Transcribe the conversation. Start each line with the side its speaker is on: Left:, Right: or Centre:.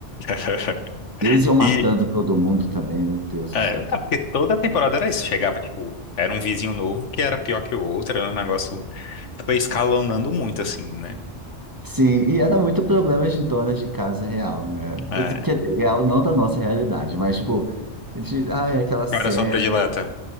Left: <laughs>
Right: E eles iam matando
Left: E,
Right: todo mundo também, meu Deus
Left: é,
Right: do céu.
Left: não, porque toda temporada era isso. Chegava, tipo, era um vizinho novo que era pior que o outro, era um negócio. Foi escalonando muito, assim, né?
Right: Sim, e ia dar muito problemas de donas de casa real, né?
Left: É.
Right: Quer dizer, real não da nossa realidade, mas tipo, de, ai, aquela cena
Left: Qual Era só predileta.